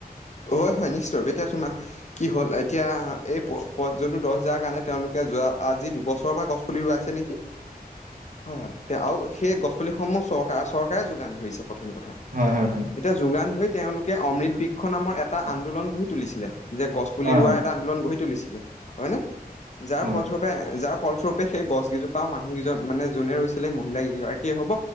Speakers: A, on the left (about 45°); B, on the right (about 60°).
A: হয় হয় নিশ্চয় এতিয়া তোমাৰ কি হ'ল এতিয়া এই প যোনটো দহ হজাৰ কাৰণে তেওঁলোকে যোৱা আজি দুবছৰৰ পৰা গছ পুলি ৰোৱাইছে নেকি? হয় হয় তেওঁ আৰু সেই গছ পুলিসমূহ চৰকাৰ চৰকাৰে যোগান ধৰিছে প্ৰথম কথা
B: হয় হয় হয়
A: এতিয়া যোগান ধৰি তেওঁলোকে অমৃত বৃক্ষ নামৰ এটা আন্দোলন গঢ়ি তুলিছিলে যে গছ পুলি
B: হয়
A: ৰোৱাৰ
B: হয়
A: এটা আন্দোলন গঢ়ি তুলিছিল। হয় নে যাৰ
B: হয়,
A: ফলস্বৰূপে যা ফলস্বৰূপে সেই গছ কেইজোপাও মানুহকেইজন মানে যোনে ৰৈছিলে মহিলাগৰাকীয়ে হব